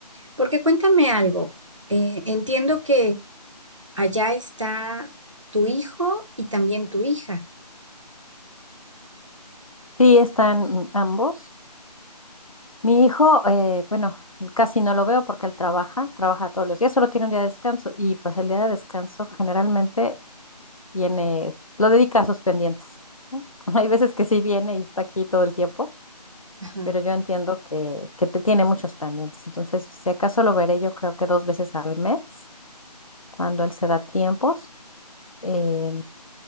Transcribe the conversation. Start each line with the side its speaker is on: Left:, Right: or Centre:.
Right: Porque cuéntame algo, eh, entiendo que allá está tu hijo y también tu hija.
Left: sí están ambos Mi hijo, eh, bueno, casi no lo veo porque él trabaja, trabaja todos los días, solo tiene un día de descanso y pues el día de descanso generalmente tiene, lo dedica a sus pendientes, ¿no? <laughs> Hay veces que sí viene y está aquí todo el tiempo,
Right: Ajá,
Left: pero yo entiendo que, que te tiene muchos pendientes. Entonces, si acaso lo veré, yo creo que dos veces al mes, cuando él se da tiempos. Eh,